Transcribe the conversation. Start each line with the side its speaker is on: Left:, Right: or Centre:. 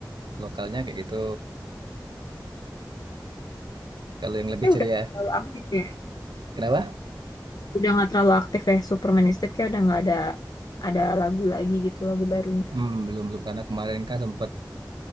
Right: lokalnya kayak gitu. Kalau yang lebih
Left: Kayak
Right: ceria,
Left: udah nggak terlalu aktif ya.
Right: kenapa?
Left: Udah nggak terlalu aktif ya. Supermanistic kayak udah nggak ada ada lagu lagi gitu lagu barunya.
Right: Hmm, belum belum karena kemarin kan sempat